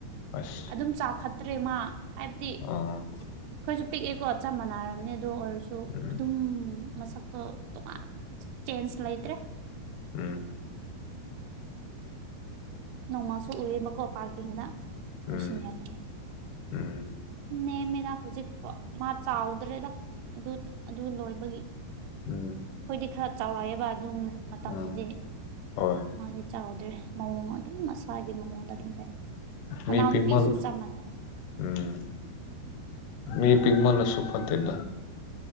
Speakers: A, on the left; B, on the right.
A: ꯑꯁ
B: ꯑꯗꯨꯝ ꯆꯥꯎꯈꯠꯇ꯭ꯔꯦ ꯃꯥ ꯍꯥꯏꯕꯗꯤ
A: ꯑꯥ
B: ꯑꯩꯈꯣꯏꯁꯨ ꯄꯤꯛꯑꯦꯀꯣ ꯆꯞ ꯃꯥꯟꯅꯔꯝꯅꯤ ꯑꯗꯣ ꯑꯣꯏꯔꯁꯨ ꯗꯣ
A: ꯎꯝ
B: ꯑꯗꯨꯝ ꯃꯁꯛꯇꯣ ꯇꯣꯉꯥꯟ ꯆꯦꯟꯖ ꯂꯩꯇ꯭ꯔꯦ
A: ꯎꯝ
B: ꯅꯣꯡꯃꯁꯨ ꯎꯑꯦꯕꯀꯣ ꯄꯥꯔꯀꯤꯡꯗ ꯈꯣꯏ
A: ꯎꯝ
B: ꯁꯤꯅꯤꯌꯔꯅꯦꯅ
A: ꯎꯝ
B: ꯅꯦꯝꯃꯦꯗ ꯍꯧꯖꯤꯛꯐꯥꯎ ꯃꯥ ꯆꯥꯎꯗ꯭ꯔꯦꯗ ꯑꯗꯨ ꯑꯗꯨ ꯂꯣꯏꯕꯒꯤ ꯑꯩꯈꯣꯏꯗꯤ
A: ꯎꯝ
B: ꯈꯔ ꯆꯥꯎꯔꯛꯑꯦꯕ ꯑꯗꯨꯝ ꯃꯇꯝꯗꯨꯗꯤ
A: ꯎꯝ ꯍꯣꯏ
B: ꯃꯥꯗꯤ ꯆꯥꯎꯗ꯭ꯔꯦ ꯃꯑꯣꯡ ꯑꯗꯨꯝ ꯃꯁꯥꯒꯤ ꯃꯑꯣꯡꯗ ꯑꯗꯨꯝ ꯂꯩ ꯃꯅꯥꯎꯅꯨꯄꯤꯁꯨ
A: ꯃꯤ ꯄꯤꯛꯃꯟ
B: ꯆꯞ ꯃꯥꯟꯅꯩ
A: ꯎꯝ ꯃꯤ ꯄꯤꯛꯃꯜ ꯂꯁꯨ ꯐꯠꯇꯦꯗꯥ